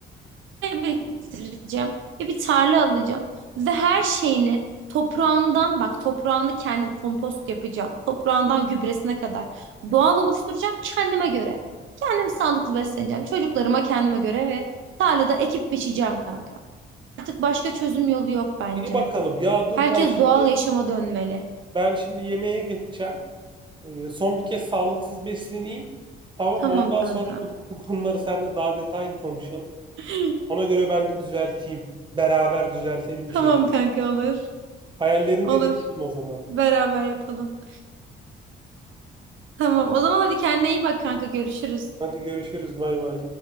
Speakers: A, on the right; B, on the right.
A: biriktireceğim ve bir tarla alacağım. Ve her şeyini toprağından bak toprağını kendim kompost yapacağım. Toprağından gübresine kadar doğal oluşturacağım kendime göre. Kendim sağlıklı besleneceğim. Çocuklarıma kendime göre ve tarlada ekip biçeceğim kanka. Artık başka çözüm yolu yok bence.
B: İyi bakalım. Ya dur
A: Herkes
B: ben şimdi
A: doğal yaşama dönmeli.
B: Ben şimdi yemeğe geçeceğim. Ee, son bir kez sağlıksız besleneyim. Tamam
A: Tamam
B: mı? Ondan
A: kanka.
B: sonra bu, bu konuları seninle daha detaylı konuşalım.
A: <laughs>
B: Ona göre ben de düzelteyim. Beraber düzeltelim
A: Tamam
B: bir şey.
A: kanka olur.
B: Hayallerini
A: Olur.
B: de dinledim o zaman.
A: Beraber yapalım. Tamam. O zaman hadi kendine iyi bak kanka. Görüşürüz.
B: Hadi görüşürüz. Bay bay.